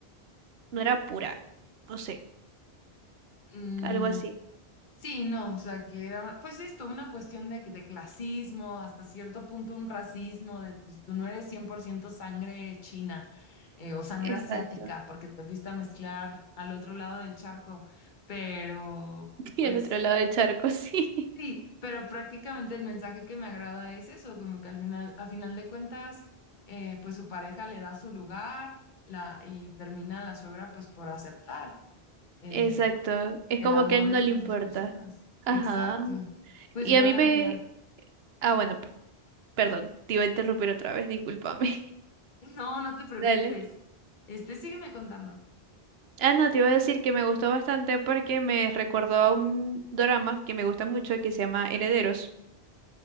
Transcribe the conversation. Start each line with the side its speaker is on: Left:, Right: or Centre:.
Right: no era pura, no sé,
Left: mm,
Right: algo así.
Left: sí, no, o sea, que era, pues esto, una cuestión de, de clasismo, hasta cierto punto un racismo, de pues, tú no eres 100% sangre china eh, o sangre
Right: Exacto.
Left: asiática, porque te fuiste a mezclar al otro lado del charco, pero
Right: <laughs>
Left: pues
Right: Y al otro lado del charco, sí.
Left: sí, pero prácticamente el mensaje que me agrada es eso, como que al final, a final de cuentas, eh, pues su pareja le da su lugar. La, y termina la suegra pues por aceptar. eh,
Right: Exacto. Es
Left: el
Right: como
Left: amor
Right: que a él
Left: de
Right: no
Left: estas
Right: le importa.
Left: dos personas.
Right: Ajá.
Left: Exacto. Pues
Right: Y
Left: bueno,
Right: a mí me...
Left: amiga.
Right: Ah, bueno, p- perdón, te iba a interrumpir otra vez, discúlpame.
Left: No, no te preocupes.
Right: <laughs> Dale.
Left: Este, sígueme contando.
Right: Ah, no, te iba a decir que me gustó bastante porque me recordó a un drama que me gusta mucho que se llama Herederos,